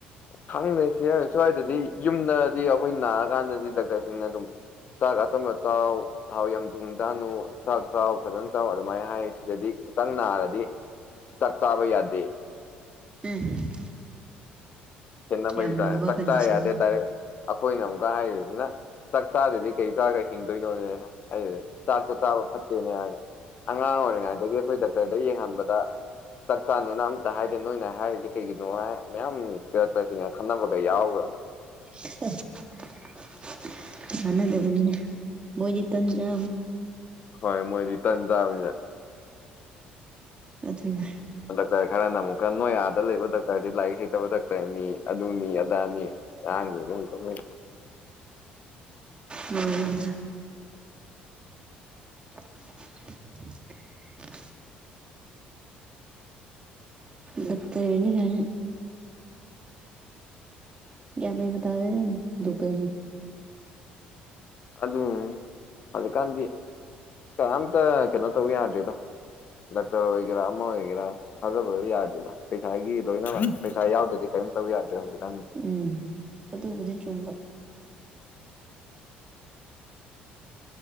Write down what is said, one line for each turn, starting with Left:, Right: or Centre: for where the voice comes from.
Left: ꯈꯪꯗꯔꯤꯁꯤ ꯁ꯭ꯋꯥꯏꯗꯗꯤ ꯌꯨꯝꯗꯔꯗꯤ ꯑꯩꯈꯣꯏ ꯅꯥꯔꯀꯥꯟꯗꯗꯤ ꯗꯥꯛꯇꯔꯁꯤꯡꯅ ꯑꯗꯨꯝ ꯆꯥꯛꯒ ꯊꯨꯆ ꯊꯥꯎ ꯌꯥꯝꯨ ꯊꯨꯝ ꯆꯅꯨ ꯆꯥꯛ ꯆꯥꯎ ꯐꯖꯅ ꯆꯥꯎ ꯑꯗꯨꯃꯥꯏꯅ ꯍꯥꯏ ꯁꯤꯗꯗꯤ ꯈꯤꯇꯪ ꯅꯥꯔꯗꯤ ꯆꯥꯛ ꯆꯥꯕ ꯌꯥꯗꯦ
Right: ꯎꯝ
Left: ꯀꯅ ꯃ
Right: ꯌꯥꯝ
Left: ꯇ
Right: ꯂꯨꯕ
Left: ꯇꯥꯛ
Right: ꯀꯟꯗꯤꯁꯟꯅꯤꯅꯦ
Left: ꯆ ꯌꯥꯗꯦ ꯇꯔꯦ ꯑꯩꯈꯣꯏꯅ ꯑꯃꯨꯛꯀ ꯍꯥꯏꯔꯤꯁꯤꯅ ꯆꯥꯛ ꯆꯥꯗꯗꯤ ꯀꯩ ꯇꯥꯔꯒ ꯍꯤꯡꯗꯣꯏꯅꯣꯅꯦ ꯍꯥꯏꯗꯤ ꯆꯥꯛꯇꯣ ꯆꯥꯕ ꯐꯠꯇꯦꯅꯦ ꯍꯥꯏꯔꯒ ꯑꯉꯥꯡ ꯑꯣꯏꯔꯤꯉꯩꯗꯒꯤ ꯑꯩꯈꯣꯏ ꯗꯥꯛꯇꯔꯗ ꯌꯦꯡꯍꯟꯕꯗ ꯆꯥꯛꯀꯥꯟꯗꯅ ꯑꯝꯇ ꯍꯥꯏꯗꯤꯦ ꯅꯣꯏꯅ ꯍꯥꯏꯔꯤꯁꯦ ꯀꯩꯒꯤꯅꯣ ꯃꯌꯥꯝ ꯔꯛꯇꯁꯤꯅ ꯈꯟꯅꯕꯒ ꯌꯥꯎꯈ꯭ꯔꯅꯤ
Right: <inaudible> <unintelligible> ꯃꯅꯗꯕ ꯃꯣꯏ ꯆꯇꯟꯗ
Left: ꯍꯣꯏ ꯃꯣꯏꯗꯤ ꯇꯥꯟ ꯆꯥꯕꯅꯤꯗ
Right: ꯑꯗꯨꯅ
Left: ꯗꯣꯛꯇꯔ ꯈꯔꯅ ꯑꯃꯨꯛꯀ ꯅꯣꯌꯥꯗ ꯂꯩꯕ ꯗꯣꯛꯇꯔꯗꯤ ꯂꯥꯏꯔꯤꯛ ꯍꯩꯇꯕ ꯗꯥꯛꯇꯔꯅꯤ ꯑꯗꯨꯅꯤ ꯑꯗꯥꯅꯤ ꯑꯍꯥꯡꯅꯤ ꯑꯗꯨꯝ ꯀꯪꯩ
Right: ꯎꯝ <unintelligible> <inaudible> ꯂꯠꯇ ꯌꯦꯅꯤꯒꯦ ꯌꯥꯃꯦ ꯀ ꯇꯦ ꯗꯨꯕ
Left: ꯑꯗꯨꯝ ꯍꯧꯖꯤꯛꯀꯥꯟꯗꯤ ꯀꯅꯥꯝꯇ ꯀꯩꯅꯣ ꯇꯧ ꯌꯥꯗꯦꯗꯣ ꯗꯣꯛꯇꯔ ꯑꯣꯏꯒꯦꯔꯥ ꯑꯃ ꯑꯣꯏꯒꯦꯔꯥ ꯊꯥꯖꯕꯗꯣ ꯌꯥꯗ꯭ꯔꯦꯗ ꯄꯩꯁꯥꯒꯤ ꯂꯣꯏꯅꯃꯛ ꯄꯩꯁꯥ ꯌꯥꯎꯗꯗꯤ ꯌꯥꯗ
Right: ꯎꯝ ꯑꯗꯨꯕꯨꯗꯤ ꯆꯨꯝꯕ